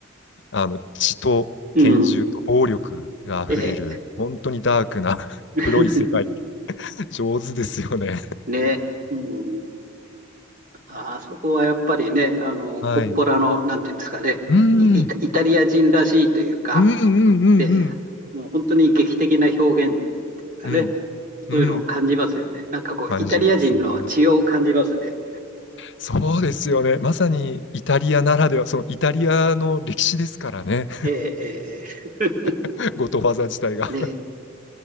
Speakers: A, on the left (about 60°); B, on the right (about 40°).
A: あの、血と拳銃と暴力が溢れる、
B: うん。ええ。
A: 本当にダークな <laughs>
B: <laughs>
A: 黒い世界、上手ですよね。
B: ね。うん。あそこはやっぱりね、あの、
A: はい。
B: コッポラの、
A: うん、
B: なんていうんですかね、
A: うん、
B: イイタイタリア人らしいというか、
A: うん、うん、
B: で、もう本当に劇的な表現がね、
A: うん、うん、
B: そういうのを感じますよね。なんかこう、
A: 感じますね。
B: イタリア人の血を感じますね。
A: そうですよね。まさにイタリアならでは、そのイタリアの歴史ですからね。
B: えーえーえ
A: <laughs> ゴトファーザー自体が。
B: ー <laughs> で、